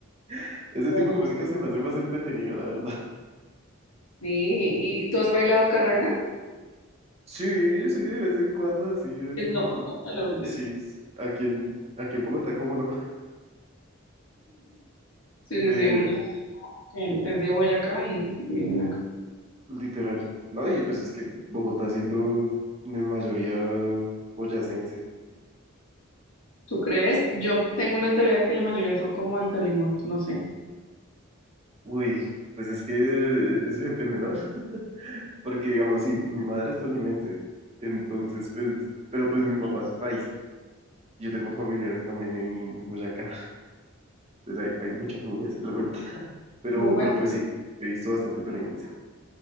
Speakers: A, on the right; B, on the left.
A: <laughs> Ese
B: Bueno.
A: tipo de música se me hace más entretenida, la verdad. <laughs>
B: Sí, ¿y tú has bailado carranga?
A: Sí, sí, de vez en cuando, así en
B: No, <laughs> no, mentira.
A: Sí, es aquí en, aquí en Bogotá, cómo no,
B: Sí, sí,
A: pero
B: sí, hay muchos que es de Boyacá y, y vienen acá.
A: literal, ¿no? Y pues es que Bogotá siendo de mayoría boyacense.
B: ¿Tú crees? Yo tengo una teoría de que la mayoría son como del Tolima, no sé.
A: Uy, pues es que eso depende, ¿no? Porque digamos, sí, mi madre es tolimense, entonces pues, pero pues mi papá es paisa. Yo tengo familiares también en, en Boyacá, entonces hay, hay mucha familia así revuelta, <laughs> pero,
B: Muy bueno.
A: pero pues sí, he visto bastante tolimense.